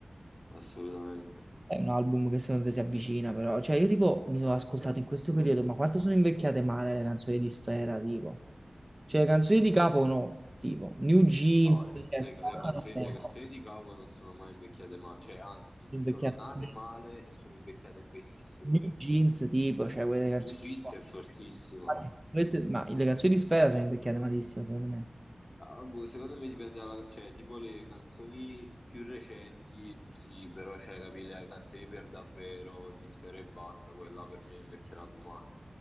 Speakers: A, on the left; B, on the right.
A: assolutamente.
B: È un album che secondo te si avvicina, però... Cioè, io tipo mi sono ascoltato in questo periodo, ma quanto sono invecchiate male le canzoni di Sfera, tipo. Cioè, canzoni di capo no, tipo New Jeans,
A: No, eh.
B: cioè,
A: Le,
B: spaccano
A: le canzoni,
B: sempre,
A: le canzoni di Cavo non sono mai invecchiate male, cioè anzi,
B: Invecchiati.
A: sono nate male e sono invecchiate benissimo.
B: New Jeans, tipo, cioè, quelle canzoni
A: New Jeans
B: qua.
A: è fortissima.
B: Infatti, Queste- ma le canzoni di Sfera sono invecchiate malissimo, secondo me.
A: Ah, boh, secondo me dipende dalla... cioè, tipo le canzoni più recenti, sì, però, cioè, capì, le canzoni per davvero di Sfera e Basta, quella per me non invecchieranno mai.